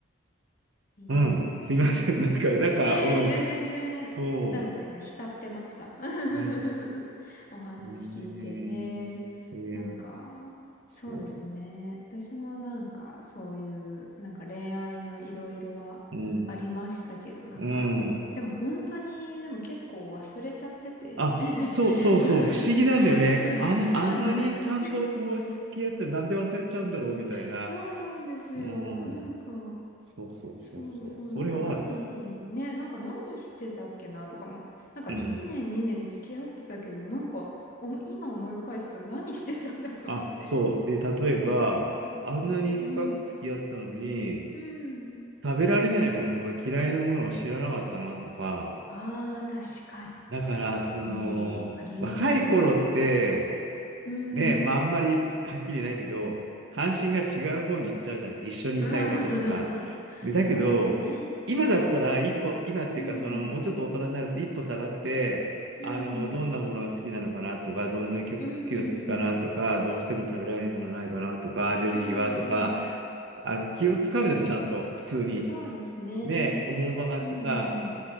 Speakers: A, on the left; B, on the right.
A: ー
B: うん、すいません。
A: そうですね。
B: <laughs> なんか、なんか、
A: ええー、
B: うん、
A: 全然全然、
B: そ
A: なんか今浸ってました。<laughs>
B: う、うん、
A: お話聞いて。
B: ね
A: ええ
B: え、えー、
A: ー、なんか、
B: そう、
A: そうですね。私もなんか、そういう、なんか恋愛のいろいろはありましたけど、
B: うん、
A: なんか、
B: うん。
A: でも本当に、でも結構忘れちゃってて。
B: あ、そうそうそう、
A: <laughs> まあ、
B: 不思議なんだよね。
A: そう、
B: あん、あんなにちゃんとこう、
A: そうですね。
B: 付き合ってなんで忘れちゃうんだろうみたいな。
A: そうなんですよ。
B: う
A: なんか、
B: ん。そうそうそうそう。
A: そうそう、
B: それはある。
A: なんか何、ね、なんか何してたっけなとかも、なんか1年2年付き合ってたけど、
B: うん。
A: なんか、おも今思い返すと何してたんだろうって
B: あ、そう。で、例えば、
A: <laughs> 思います。
B: あんなに深く付き合ったのに、
A: はい。うん。
B: 食べられないものとか嫌いなものを知らなかったなとか、
A: ああ、確か
B: だから、その、
A: に、あります。
B: 若い頃って、
A: うん。
B: ねえ、まああんまりはっきり言えないけど、
A: <laughs>
B: 関心が違う方に行っちゃうじゃないですか。一緒にいたいだけとか。
A: まあまあまあまあ。
B: でだけど、
A: そうですね。
B: 今だったら一歩、今っていうか、
A: うん。
B: その、もうちょっと大人になると一歩下がって、
A: うん。
B: あの、どんなものが好きなのかなとか、どんな曲が好きかなとか、
A: うん。
B: どうしても食べられるものないかなとか、アレルギーはとか、
A: うん。うん
B: あの、気を使うじゃん、ちゃんと、普通に。
A: そうですね。
B: ねえ、おもんばかってさ、
A: うん。